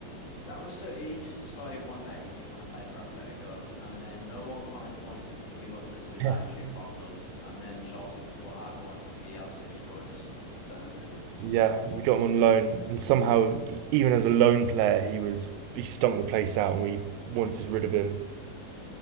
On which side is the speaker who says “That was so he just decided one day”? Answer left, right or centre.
Left